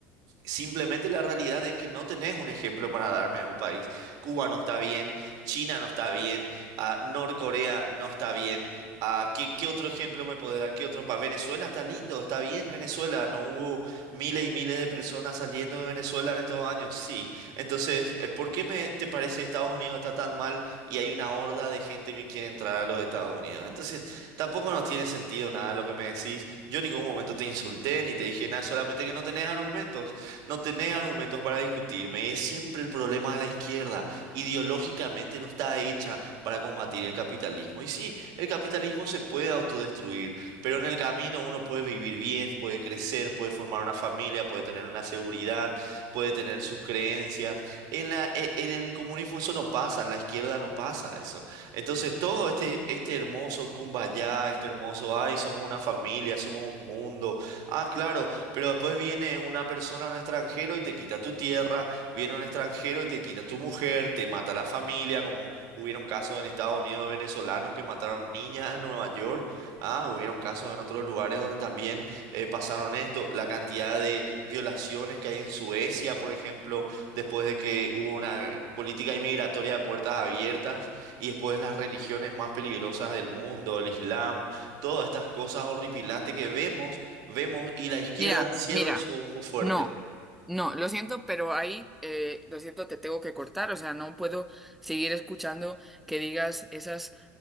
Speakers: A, on the right; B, in the centre.
A: Simplemente la realidad es que no tenés un ejemplo para darme de un país. Cuba no está bien, China no está bien, ah, Norcorea no está bien. ah, ¿qué, qué otro ejemplo me podés dar? ¿Qué otro país? Venezuela está lindo, está bien Venezuela. No hubo miles y miles de personas saliendo de Venezuela en estos años. Sí. Entonces, eh, ¿por qué me te parece Estados Unidos está tan mal y hay una horda de gente que quiere entrar a los Estados Unidos? Entonces, tampoco no tiene sentido nada lo que me decís. Yo en ningún momento te insulté ni te dije nada, solamente que no tenés argumentos. No tenés argumentos para discutirme. Es siempre el problema de la izquierda. Ideológicamente no está hecha para combatir el capitalismo. Y sí, el capitalismo se puede autodestruir, pero en el camino uno puede vivir bien, puede crecer, puede formar una familia, puede tener una seguridad, puede tener sus creencias. En la, e- en el comunismo eso no pasa, en la izquierda no pasa eso. Entonces todo este, este hermoso kumbaya, este hermoso, ay, somos una familia, somos un mundo. Ah, claro pero después viene una persona, un extranjero, y te quita tu tierra, viene un extranjero y te quita tu mujer, te mata la familia, como hubieron casos en Estados Unidos de venezolanos que mataron niñas en Nueva York, ah, hubieron casos en otros lugares donde también eh, pasaron esto, la cantidad de violaciones que hay en Suecia, por ejemplo, después de que hubo una política inmigratoria de puertas abiertas, y después las religiones más peligrosas del mundo, el Islam, todas estas cosas horripilantes que vemos Vemos y la izquierda
B: Mira,
A: cierre
B: mira,
A: su ojo fuerte.
B: no, no, lo siento, pero ahí, eh, lo siento, te tengo que cortar, o sea, no puedo seguir escuchando que digas esas